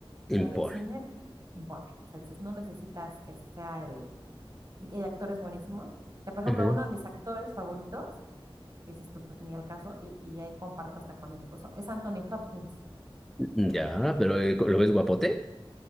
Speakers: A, on the right; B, in the centre.
A: o
B: Impone.
A: sea, en el cine impone, o sea, dices, no necesitas que sea el, y que hay actores buenísimos, o sea, por ejemplo,
B: Ujú.
A: uno de mis actores favoritos, que dices tú, pues ni al caso, y, y ahí comparto hasta con mi esposo, es Anthony Hopkins.
B: Ya, pero eh, ¿lo ves guapote?